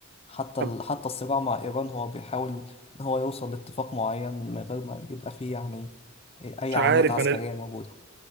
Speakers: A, on the left; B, on the right.
A: حتى
B: طب
A: ال- حتى الصراع مع إيران هو بيحاول إن هو يوصل لاتفاق معين من غير ما يبقى فيه يعني أي
B: مش
A: عمليات
B: عارف
A: عسكرية
B: انا
A: موجودة